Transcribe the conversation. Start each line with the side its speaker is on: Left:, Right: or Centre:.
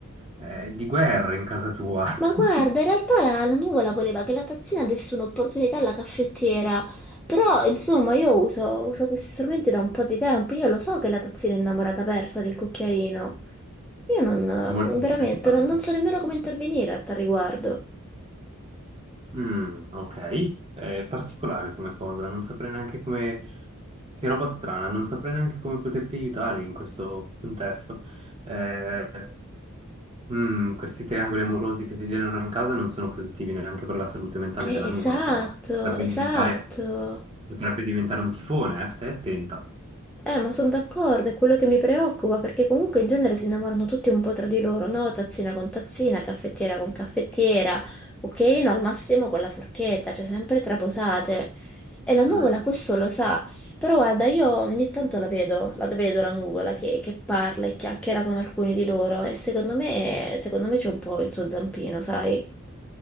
Right: eh, di guerra in casa tua.
Centre: Ma guarda,
Right: <laughs>
Centre: in realtà la, la nuvola voleva che la tazzina desse un'opportunità alla caffettiera. Però, insomma, io uso, uso questi strumenti da un po' di tempo. Io lo so che la tazzina è innamorata persa del cucchiaino. Io non,
Right: Molto interessante.
Centre: veramente, non, non so nemmeno come intervenire a tal riguardo.
Right: Mm, ok, è particolare come cosa, non saprei neanche come... Che roba strana, non saprei neanche come poterti aiutare in questo contesto. Eh, Mm, questi triangoli amorosi che si generano in casa non sono positivi neanche per la salute mentale
Centre: Eh,
Right: della
Centre: esatto,
Right: nuvola, però potrebbe
Centre: esatto.
Right: diventare, potrebbe diventare un tifone, eh? Stai attenta.
Centre: Eh, ma sono d'accordo, è quello che mi preoccupa, perché comunque in genere si innamorano tutti un po' tra di loro, no? Tazzina con tazzina, caffettiera con caffettiera, cucchiaino al massimo con la forchetta, cioè sempre traposate. E la nuvola
Right: Mm.
Centre: questo lo sa, però guarda, io ogni tanto la vedo, la vedo la nuvola che, che parla e chiacchiera con alcuni di loro e secondo me, secondo me c'è un po' il suo zampino, sai?